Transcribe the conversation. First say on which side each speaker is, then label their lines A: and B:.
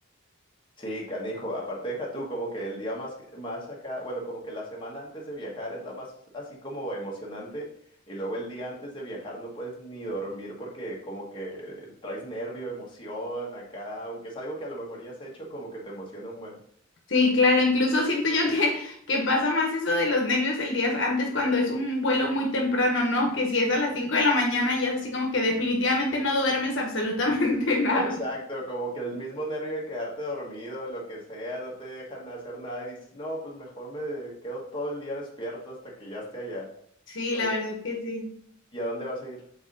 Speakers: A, on the left; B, on the left.
A: Sí, canijo, aparte deja tú, como que el día más, más acá, bueno, como que la semana antes de viajar es la más así como emocionante, y luego el día antes de viajar no puedes ni dormir porque como que traes nervio, emoción acá, aunque es algo que a lo mejor ya has hecho, como que te emociona un buen.
B: Sí, claro, incluso siento yo que, que pasa más eso de los nervios el día antes cuando es un vuelo muy temprano, ¿no? Que si es a las 5 de la mañana ya es así como que definitivamente no duermes absolutamente <laughs> nada.
A: Exacto, como que el mismo nervio de quedarte dormido, lo que sea, no te dejan hacer nada y dices, no, pues mejor me quedo todo el día despierto hasta que ya esté allá.
B: Sí,
A: Oye,
B: la verdad que sí.
A: ¿Y a dónde vas a ir?